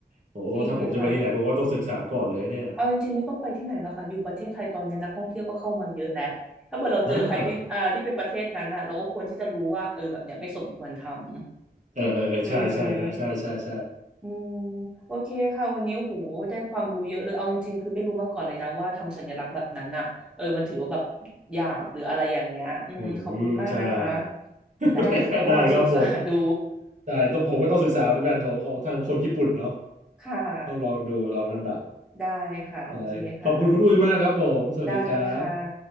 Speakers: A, on the right (about 45°); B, in the centre.
A: โอ้ถ้าผมจะไปที่ไหนผมก็ต้องศึกษาก่อนเลยเนี่ย
B: จริงค่ะเอาจริงๆไม่ต้องไปที่ไหนแล้วค่ะอยู่ประเทศไทยตอนนี้นักท่องเที่ยวก็เข้ามาเยอะแล้วถ้าเกิดเราเจอใครที่อ่าที่เป็นประเทศนั้นน่ะเราก็ควรที่จะรู้ว่าเออแบบเนี้ยไม่สมควรทำ
A: อ่าเออเออเออใช่ใช่ครับใช่ใช่ใช่
B: อืมอืมโอเคค่ะ วันนี้โหได้ความรู้เยอะเลย เอาจริงๆ คือไม่รู้มาก่อนเลยนะว่าทำสัญลักษณ์แบบนั้นน่ะ เออมันถือว่าแบบหยาบหรืออะไรอย่างเงี้ย อืม
A: อืมใช่
B: ขอบคุณมากนะคะ
A: <laughs>
B: ได้เดี๋ยวต้องลองศึกษาดู
A: ได้ใครได้ครับผมได้ต้องผมก็ต้องศึกษาเหมือนกันของของทางคนญี่ปุ่นเนาะ
B: <laughs> ค่ะ
A: ต้องลองดูลองลำดับ
B: ได้ค่ะ โอเคค่ะ
A: ใช่ขอบคุณคุณอุ้ยมากครับผมสวัสดีครับ
B: ได้ค่ะ